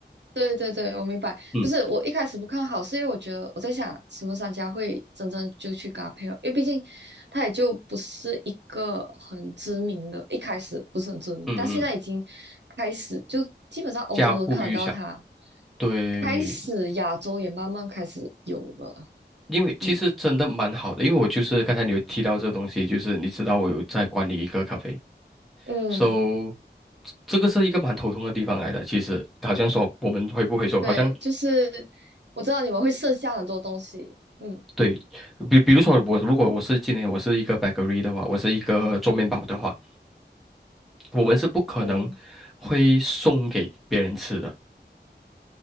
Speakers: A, on the right; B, in the centre.
A: 对对对，我明白。
B: 嗯
A: 不是我一开始不看好，是因为我觉得我在想，什么商家会真正就去搭配合？因为毕竟他也就不是一个很知名的，一开始不是很知名，
B: 嗯嗯，
A: 但现在已经开始，就基本上欧洲都看得到他，
B: 家喻户晓。对，
A: 开始亚洲也慢慢开始有了。
B: 因为其实真的蛮好的，
A: 嗯
B: 因为我就是刚才你有提到这东西，就是你知道我有在管理一个咖啡，
A: 嗯，
B: So，这这个是一个蛮头痛的地方来的。其实，好像说我们回不回收，
A: 对，
B: 好像
A: 就是我知道你们会剩下很多东西。嗯
B: 对，比比如说我如果我是今天我是一个 bakery 的话，我是一个做面包的话，我们是不可能会送给别人吃的。
A: 嗯，